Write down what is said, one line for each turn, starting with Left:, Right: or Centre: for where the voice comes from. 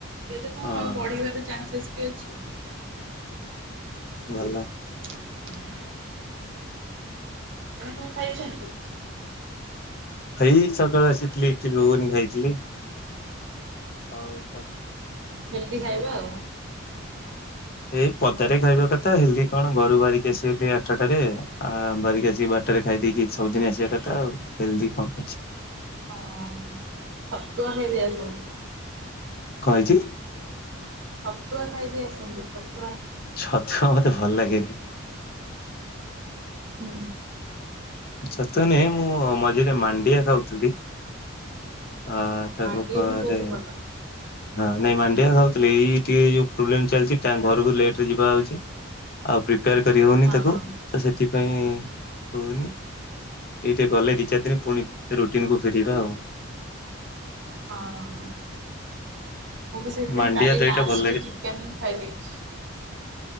Right: ଏମି ତିଆଉ
Left: ହଁ
Right: ଚାନ୍ସେ ବିଅଚି।
Left: ଭଲ।
Right: ହଁ ହଁ। ଆପଣେ କଣ ଖାଇଛନ୍ତି?
Left: ହେଇ ସକାଳ ଆଛିଥିଲି ଏଠି ଭତିଳିଗୁ ଗୁନି ଖାଇଥିଲି ଆଉ।
Right: ହେଲ୍ଦି ଖାଇବା ଆଉ। ହଁ।
Left: ଏଇ ପଦାରେ ଖାଇବା କଥା ହେି କଣ ଘରୁ ବାହାରିକି ଆସିବା ଆଠାଟାରେ ଆ ବାହାରିକି ଆସିକି ବାରଟାରେ ଖାଇ ଦେଇେଇକି ସବୁଦିନ ଆସିବା କଥା ଆଉ। ହେଲଦି କମ୍ ଅଛି।
Right: ହଁ ଚତୁଆ ଖାଇକି ଯାଇଥିଲ।
Left: କହେଇଁଚି?
Right: ଛତୁଆ ଖାଇଯାଇ ଆସନ୍ତୁ ଛକ
Left: ଛଟୁଆ ମତେ ଭଲ ଲାଗନି।
Right: ହୁଁ।
Left: ଛତୁଆ ନୁହଁ ମୁଁ ମଝିରେ ମାଣ୍ଡିଆ ଖାଉଥିଲି। ହଁ ତା
Right: ମାଣ୍ଡିଆ
Left: ଉପରେ
Right: ବି ବହୁତ ଭଲ
Left: ହଁ ନାଇଁ ମାଣ୍ଡିଆ ଦଉ ଚୋଲି ଏଇ ଟିକେ ଏଇ ଯୋଉ ପ୍ରୋବ୍ଲେମ ଚାଲଚି ଟାଇମ୍ ଘରକୁ ଲେଟରେ ଯିବା ହୋଉଚି ଆଉ ପ୍ରି ପ୍ରିପାର କରିହୋଉନି
Right: ହଁ
Left: ତାକୁ ତ ସେଥିପାଇଁ ରହୁନି। ଏଇଟେ ଗଲେ ଦି ଚାରି ଦିନ ପୁଣି ରୋଟିନକୁୁ ଫେରିବା ଆଉ।
Right: ହଁ। ମୁଁ ବି ସେଇଥିପାଇଁ
Left: ମାଣ୍ଡିଆ
Right: କାଲି
Left: ଦହିଟା
Right: ଲାଷ୍ଟ
Left: ଭଲ
Right: ଚିକେନ ଖାଇଦେଇଚି।